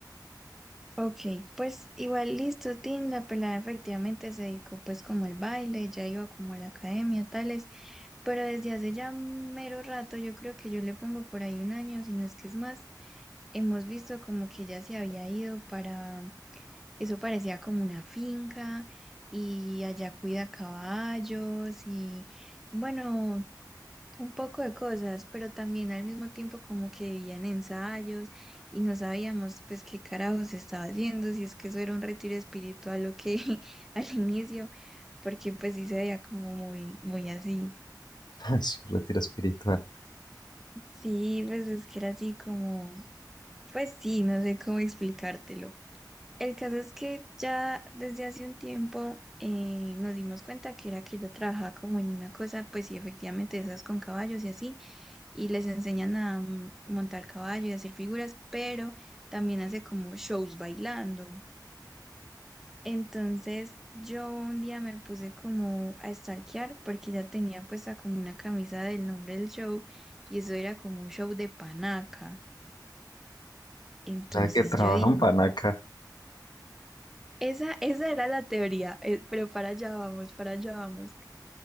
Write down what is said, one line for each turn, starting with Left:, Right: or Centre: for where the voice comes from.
Centre: Ok, pues igual listo, Tim, la pelada efectivamente se dedicó pues como al baile, ya iba como a la academia, tales, pero desde hace ya mero rato, yo creo que yo le pongo por ahí un año, si no es que es más, hemos visto como que ya se había ido para, eso parecía como una finca y allá cuida caballos y bueno, un poco de cosas, pero también al mismo tiempo como que vivían ensayos y no sabíamos pues qué carajos estaba haciendo, si es que eso era un retiro espiritual o qué <laughs> al inicio, porque pues sí se veía como muy, muy así.
Left: <laughs> Ay, Sí, un retiro espiritual.
Centre: Sí, pues es que era así como, pues sí, no sé cómo explicártelo. El caso es que ya desde hace un tiempo eh, nos dimos cuenta que era que ella trabajaba como en una cosa, pues sí, efectivamente esas con caballos y así y les enseñan a mm, montar caballo y hacer figuras, pero también hace como shows bailando. Entonces yo un día me puse como a stalkear porque ya tenía puesta como una camisa del nombre del show y eso era como un show de panaca. Entonces
Left: O sea, que trabajan
Centre: yo dije,
Left: panaca,
Centre: esa, esa era la teoría, eh, pero para allá vamos, para allá vamos.